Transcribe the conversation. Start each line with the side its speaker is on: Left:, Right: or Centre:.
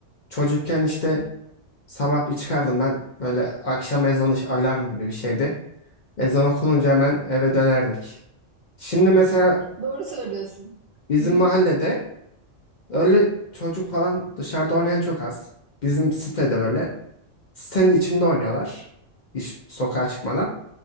Left: çocukken işte sabah bir çıkardım ben böyle akşam ezanı alarm gibi bir şeydi. Ezan okununca hemen eve dönerdik. Şimdi mesela
Right: Doğru söylüyorsun.
Left: bizim
Right: Hı hı.
Left: mahallede öyle çocuk falan dışarıda oynayan çok az. Bizim sitede böyle sitenin içinde oynuyorlar. Hiç sokağa çıkmadan.